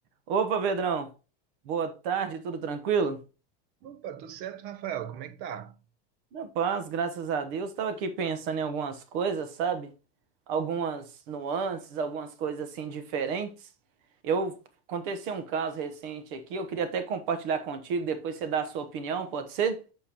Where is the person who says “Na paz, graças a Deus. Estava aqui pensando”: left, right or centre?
Right